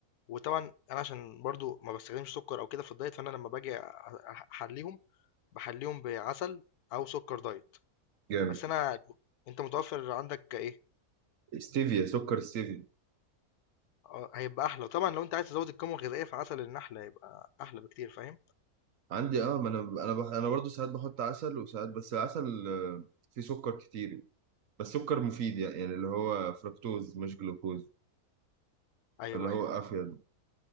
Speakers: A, on the left; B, on the right.
A: وطبعًا أنا عشان برضه ما باستخدمش سُكّر أو كده في الدايت، فأنا لمّا باجي أ أح أحلّيهم، باحلّيهم بعسل أو سُكّر دايت،
B: جامد
A: بس أنا أنت متوفّر عندك إيه،
B: ستيفيا سكر ستيفيا
A: آه، هيبقى أحلى، وطبعًا لو أنت عايز تزوّد القيمة الغذائية فعسل النحل هيبقى أحلى بكتير فاهم،
B: عندي اه ما انا انا بح... انا برضو ساعات بحط عسل وساعات بس العسل آه، فيه سكر كتير بس سكر مفيد يعني يعني اللي هو فركتوز مش جلوكوز
A: أيوه،
B: اللي هو
A: أيوه،
B: افيد